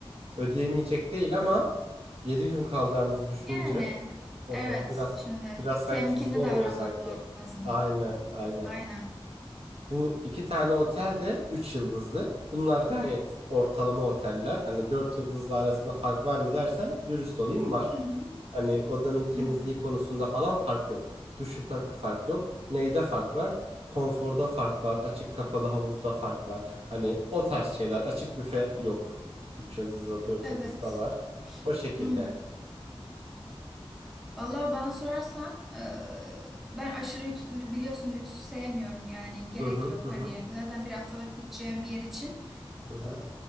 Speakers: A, on the right (about 80°); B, in the centre.
A: ödeyemeyecek değil ama 7 gün kalacağımızı düşününce
B: Yani
A: hı
B: evet
A: hı, biraz
B: şimdi
A: biraz sanki
B: temkinli
A: tuzlu oluyor
B: davranmak
A: sanki.
B: lazım.
A: Aynen aynen.
B: Aynen.
A: Bu iki tane otel de 3 yıldızlı. Bunlar gayet ortalama oteller. Hani 4 yıldızlı arasında fark var mı dersen dürüst olayım var.
B: Hı hı.
A: Hani odanın temizliği
B: Hı.
A: konusunda falan fark yok. Duşta fark yok. Neyde fark var? Konforda fark var. Açık kapalı havuzda fark var. Hani o tarz şeyler. Açık büfe yok. 3 yıldızlı, dört
B: Evet.
A: yıldızda var. O şekilde.
B: Hı. Vallahi bana sorarsan eee, ben aşırı lüks, biliyorsun lüks sevmiyorum yani gerek
A: Hı hı
B: yok.
A: hı hı
B: Hani zaten bir haftalık gideceğim bir yer için
A: hı hı
B: E,